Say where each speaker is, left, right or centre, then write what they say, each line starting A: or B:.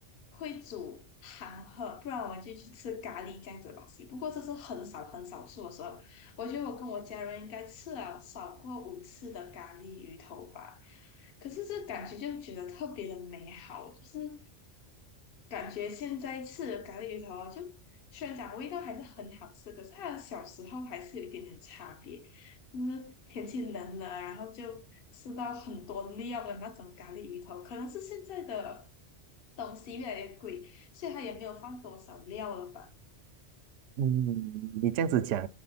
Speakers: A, on the left; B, on the right.
A: 会煮韩喝，不然我们就去吃咖喱这样子的东西。不过这是很少很少数的时候，我觉得我跟我家人应该吃了少过五次的咖喱鱼头吧。可是这感觉就觉得特别的美好，就是感觉现在吃的咖喱鱼头啊就虽然讲味道还是很好吃，可是它的小时候还是有一点点差别。就是天气冷了，然后就吃到很多料的那种咖喱鱼头，可能是现在的东西越来越贵，所以它也没有放多少料了吧？
B: 嗯，你这样子讲，